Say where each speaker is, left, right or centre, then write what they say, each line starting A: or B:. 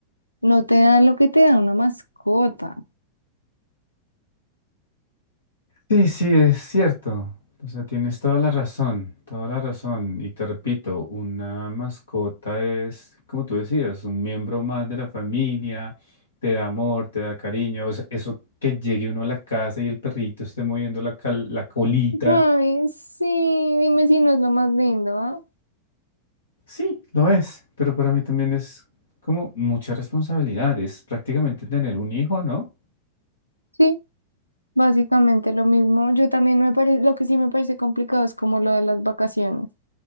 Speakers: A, on the left; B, on the left.
A: no te dan lo que te da una mascota.
B: Sí, sí, es cierto. O sea, tienes toda la razón, toda la razón. Y te repito, una mascota es, como tú decías, un miembro más de la familia, te da amor, te da cariño. O sea, eso que llegue uno a la casa y el perrito esté moviendo la, cal- la colita,
A: Ay, sí, dime si no es lo más lindo, ¿ah?
B: sí, lo es. Pero para mí también es como mucha responsabilidad. Es prácticamente tener un hijo, ¿no?
A: Sí, básicamente lo mismo. Yo también me parece, lo que sí me parece complicado es como lo de las vacaciones,